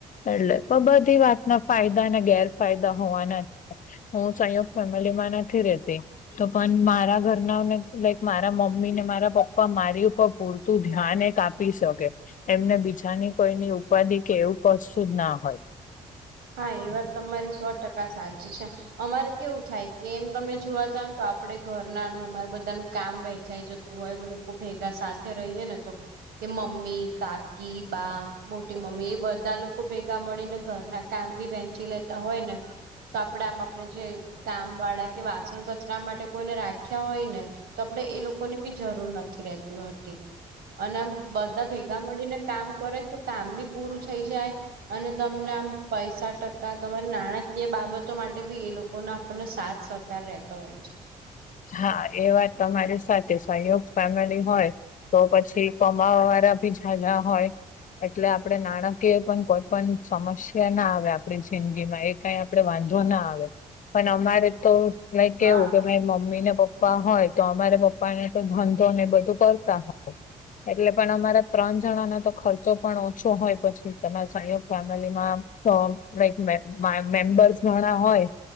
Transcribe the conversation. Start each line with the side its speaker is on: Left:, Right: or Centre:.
Left: એટલે પણ બધી વાતના ફાયદા ને ગેરફાયદા હોવાના જ હું સંયુકત ફેમિલીમાં નથી રેતી તો પણ મારા ઘ <unintelligible> લાઈક મારા મમ્મી ને મારા પપ્પા મારી ઉપર પૂરતું ધ્યાન એક આપી શકે એમને બીજાની કોઈની ઉપાધિ કે એવું કશુ જ ના હોય
Right: હા એ વાત તમારી સો ટકા સાચી છે, અમારે કેવું થાય કે એમ તમે જોવા જાવ તો આપડે ઘ નાનુ અમારે બધાનું કામ વેંચાઈ જતું હોય અમે લોકો ભેગા સાથે રહીએ ને તો કે મમ્મી, કાકી, બા, મોટી મમ્મી એ બધા લોકો ભેગા મળીને ઘર ના કામ બી વેંચી લેતા હોય ને તો આપડે આમ આપણેે જે કામ વાળા કે વાસણ કચરા માટે કોઈને રાખ્યા હોય ને તો આપણેે એ લોકોની બી જરૂર નથી રેતી હોતી અને આમ બધા ભેગા મળીને કામ કરેને તો કામ બી પૂરું થઈ જાય અને તમને આમ પૈસા ટકા તમારે નાણા કીઅ બાબતો માટે બી એ લોકોનો આપણને સાથ સહકાર રહેતો હોય છે.
Left: હા એ વાત તમારી સાથે સંહયોગ ફેમિલી હોય તો પછી કમાવા વાળા ભી જાજા હોય એટલે આપડે નાણાકીય પણ કોઈ પણ સમસ્યા ના આવે આપણી જિંદગીમાં એ કાઈ આપડે વાંધો ના આવે પણ અમારે તો લાઈક કેવું
Right: હા
Left: કે ભાઈ મ મમ્મી ને પપ્પા હોય તો અમારે પપ્પા ને તો ધંધો ને બધું કરતા હોય એટલે પણ અમારા ત્રણ જણાનો તો ખર્ચો પણ ઓછો હોય પછી તમારા સંયોગ ફેમિલીમાં હ લાઈક મે મા મેમ્બર્સ ઘણા હોય